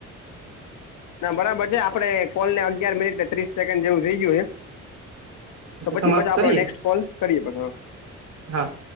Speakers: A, on the left; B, on the right.
A: ના, બરાબર છે, આપડે કોલ ને, અગિયાર મિનિટ ત્રીસ સેકન્ડ જેવું થઇ ગયું છે. તો પછી,
B: સમાપ્ત
A: પછી આપડો
B: કરીએ
A: નેક્સ્ટ કોલ કરી દેવાનું.
B: હા.